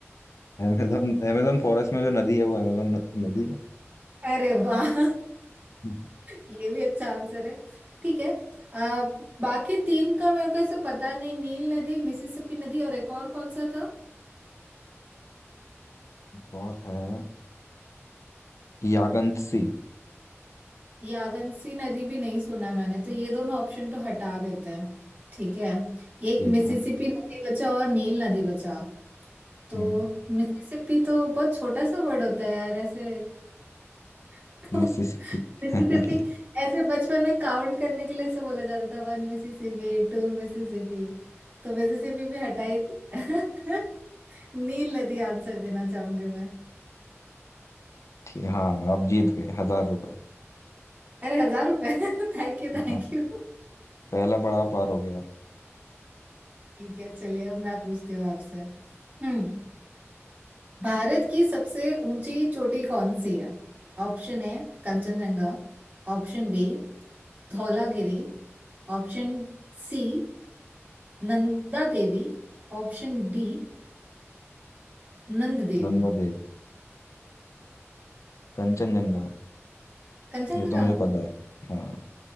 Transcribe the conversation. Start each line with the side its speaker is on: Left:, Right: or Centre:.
Left: अमेजन अमेजन फॉरेस्ट में जो नदी है वो अमेजन नदी है
Right: <laughs> अरे वाह
Left: <laughs>
Right: ये भी अच्छा आंसर है ठीक है आ, बाकी तीन का मेरे को ऐसे पता नहीं नील नदी मिसिसिपी नदी और एक और कौन सा था
Left: और है यागंतसी
Right: यागंसी नदी भी नहीं सुना है मैंने तो ये दोनों ऑप्शन तो हटा देते हैं ठीक है एक
Left: ठीक
Right: मिसिसिपी
Left: है
Right: नदी बचा और नील नदी बचा तो
Left: हम्म,
Right: मिसिसिपी तो बहुत छोटा सा वर्ड होता है यार ऐसे <laughs>
Left: मिसिसिपी <laughs>
Right: मिसिसिपी ऐसे बचपन में काउंट करने के लिए ऐसे बोला जाता था वन मिसिसिपी टू मिसिसिपी तो मिसिसिपी भी हटा ही दिया। <laughs> नील नदी आंसर देना चाहूंगी मैं
Left: ठीक हाँ आप जीत गए हजार रुपए
Right: अरे हजार रुपए <laughs> थैंक यू
Left: हाँ,
Right: थैंक यू
Left: पहला पड़ाव पार हो गया आप
Right: ठीक है चलिए अब मैं पूछती हूँ आपसे हम्म भारत की सबसे ऊंची चोटी कौन सी है Option A Kanchenjunga option B Dhaulagiri option C Nanda Devi option D Nand Devi
Left: नंदा देव कंचनजंगा
Right: Kanchenjunga
Left: ये तो मुझे पता है हाँ